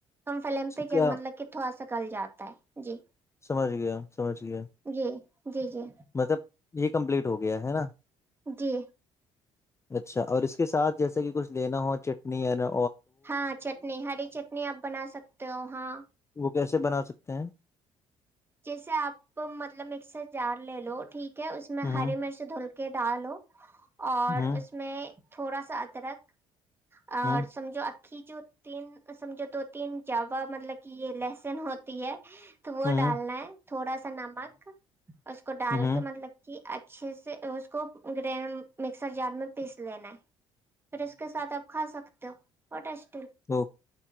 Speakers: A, on the right; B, on the left.
A: کم فلم پہ ج
B: کیا
A: مطلب کہ تھوڑا سا نکل جاتا ہے جی
B: سمجھ گیا سمجھ گیا
A: جی جی جی
B: مطلب یہ کمپلیٹ ہو گیا ہے نا
A: جی
B: اچھا اور اس کے ساتھ جیسے کہ کچھ لینا ہو چٹنی نا
A: ہاں چٹنی ہری چٹنی آپ بنا سکتے ہو ہاں
B: وہ کیسے بنا سکتے ہیں
A: جیسے آپ مطلب مکسر جار لے لو ٹھیک اس میں
B: ہ
A: ہری مرچ دھل کر کیا ڈاالو اور
B: ہ ہ
A: اس میں تھوڑا سا ادرک اور
B: ہ
A: سمجھو کی جو تین سمجھو دو تین جاوا مطلب کہ یہ لہسن ہوتی ہے
B: ہ
A: ڈالنا ہے تھوڑا سا نمک اس کو ڈال
B: ہ
A: کے مطلب کہ اچھے سے اس کو گ مکسر جار میں پیس لینا ہے پھر اس کے ساتھ آپ کھا سکتے ہو پٹیش
B: ا